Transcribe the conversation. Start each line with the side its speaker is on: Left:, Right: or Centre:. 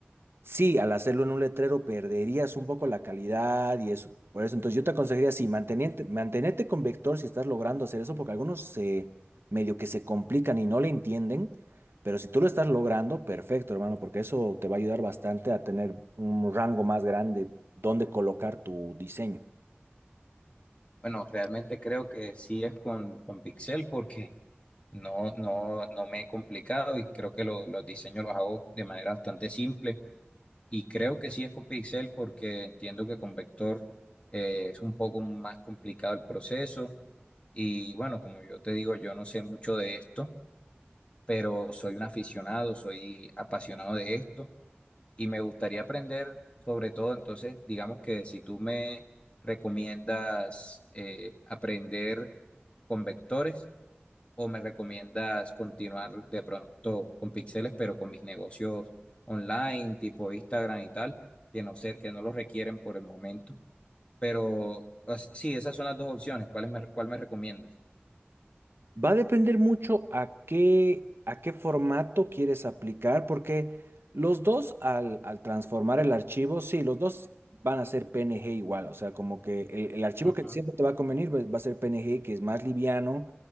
Right: Sí, al hacerlo en un letrero perderías un poco la calidad y eso. Por eso, entonces yo te aconsejaría, sí, mantenerte, mantenerte con vector si estás logrando hacer eso, porque algunos se medio que se complican y no le entienden, pero si tú lo estás logrando, perfecto, hermano, porque eso te va a ayudar bastante a tener un rango más grande donde colocar tu diseño.
Left: Bueno, realmente creo que sí es con, con Pixel porque no, no, no me he complicado y creo que lo- los diseños los hago de manera bastante simple. Y creo que sí es con Pixel porque entiendo que con Vector eh, es un poco más complicado el proceso. Y bueno, como yo te digo, yo no sé mucho de esto, pero soy un aficionado, soy apasionado de esto. y me gustaría aprender sobre todo, entonces, digamos que si tú me recomiendas eh, aprender con vectores o me recomiendas continuar de pronto con píxeles, pero con mis negocios online, tipo Instagram y tal, que no sé, que no los requieren por el momento. Pero as- sí, esas son las dos opciones. ¿Cuál me, cuál me recomiendas?
Right: Va a depender mucho a qué, a qué formato quieres aplicar, porque los dos al, al transformar el archivo, sí, los dos van a ser PNG igual, o sea, como que el, el archivo
Left: Ujú,
Right: que siempre te va a convenir va va a ser PNG, que es más liviano,